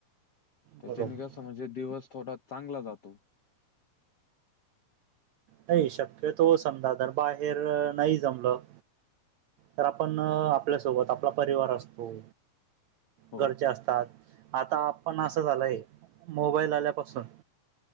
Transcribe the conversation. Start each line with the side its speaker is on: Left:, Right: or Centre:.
Left: त्याच्याने
Right: बरोबर
Left: कस म्हणजे दिवस थोडा चांगला जातो.
Right: नाही शक्य तो समजा जर बाहेर नाही जमलं तर आपण आपल्यासोबत आपला परिवार असतो.
Left: हो
Right: घरचे असतात आता पण असं झालंय. मोबाईल आल्यापासून